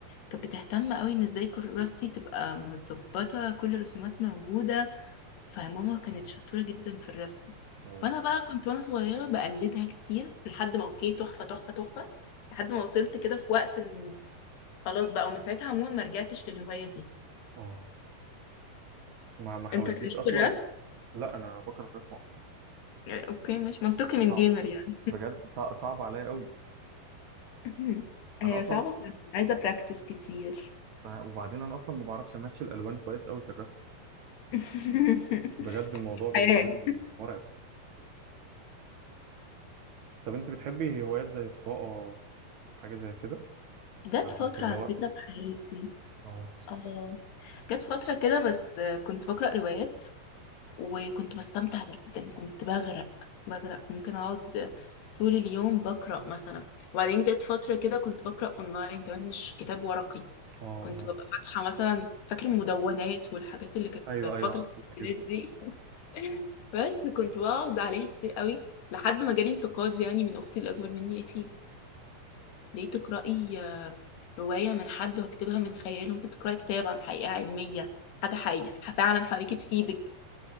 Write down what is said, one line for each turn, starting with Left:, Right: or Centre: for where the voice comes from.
Left: كانت بتهتم قوي ان ازاي كراستي تبقى متظبطه كل الرسومات موجوده فماما كانت
Right: اه
Left: شطوره جدا في الرسم
Right: اه
Left: فانا بقى كنت وانا صغيره بقلدها كتير لحد ما اوكي تحفه تحفه تحفه لحد ما وصلت كده في وقت انه خلاص بقى ومن ساعتها عموما ما رجعتش للهوايه دي
Right: اه ما ما حاولتيش
Left: انت كان ليك
Right: اصلا
Left: في الرسم
Right: لا انا بكره الرسم اصلا
Left: اوكي مش منطقي
Right: صعب
Left: من جيمر يعني
Right: بجد صع- صعب عليا قوي
Left: <laughs> هي
Right: انا اصلا
Left: صعبه فعلاً، عايزه براكتس كتير
Right: آه، وبعدين انا اصلا ما بعرفش ماتش الالوان كويس قوي في الرسم
Left: <laughs>
Right: بجد الموضوع بالنسبه
Left: حياة
Right: لي مرعب طب انت بتحبي هوايات زي القراءه حاجه زي كده
Left: جت
Right: عارف
Left: فترة
Right: انت اللي
Left: على
Right: هو
Left: فكرة في حياتي
Right: اه
Left: اه جت فترة كده بس كنت بقرأ روايات وكنت بستمتع جدا كنت بغرق بغرق ممكن أقعد طول اليوم بقرأ مثلا وبعدين جت فترة كده كنت بقرأ أونلاين كمان مش كتاب ورقي
Right: اه
Left: كنت
Right: اه
Left: ببقى فاتحة مثلا فاكر المدونات والحاجات اللي كانت
Right: ايوه
Left: في فترة
Right: ايوه عارف الحاجات
Left: الامتحانات
Right: دي
Left: دي <laughs> بس كنت بقعد عليها كتير قوي لحد ما جالي انتقاد يعني من أختي اللي أكبر مني قالت لي ليه تقرأي آه، رواية من حد واكتبها من خياله ممكن تقرأي كتاب عن حقيقة علمية حاجة حقيقية فعلا حواليكي تفيدك